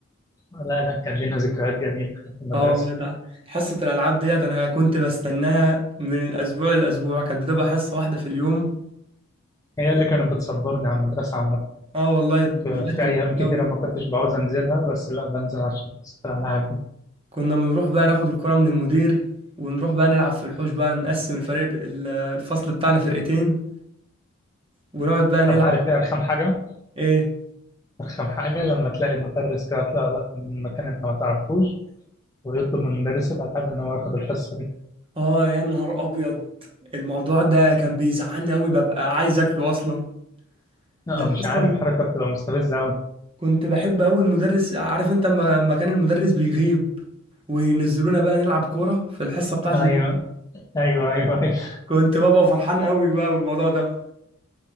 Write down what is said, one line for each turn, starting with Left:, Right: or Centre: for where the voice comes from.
Left: آه لا لا كان لنا ذكريات جميلة في المدرسة
Right: اه والله ده حصه الالعاب ديت انا كنت بستناها من الاسبوع للاسبوع كانت بتبقى حصه واحده في اليوم
Left: هي اللي كانت بتصبرني على المدرسة عامة
Right: اه والله الواحد
Left: في, في
Right: كان
Left: أيام
Right: بيحبها
Left: كتيرة ما كنتش بعوز أنزلها بس لا بنزل عشان حصة الألعاب دي
Right: كنا بنروح بقى ناخد الكرة من المدير ونروح بقى نلعب في الحوش بقى نقسم الفريق ب- ال- الفصل بتاعنا فرقتين ونقعد بقى نلعب
Left: طب عارف إيه أرخم حاجة؟
Right: ايه
Left: أرخم حاجة لما تلاقي مدرس كده يطلع لك من مكان أنت ما تعرفوش ويطلب من مدرس الألعاب إن هو ياخد الحصة دي
Right: اه يا نهار ابيض الموضوع ده كان بيزعلني قوي ببقى عايز اكله اصلا
Left: لا
Right: ده
Left: مش
Right: أنا اصلا
Left: عارف حركة بتبقى مستفزة أوي
Right: كنت بحب قوي المدرس عارف انت اما أما كان المدرس بيغيب وينزلونا بقى نلعب كورة في الحصة بتاعتي
Left: أيوه
Right: دي
Left: أيوه أيوه أيوه.
Right: كنت ببقى فرحان قوي بقى بالموضوع ده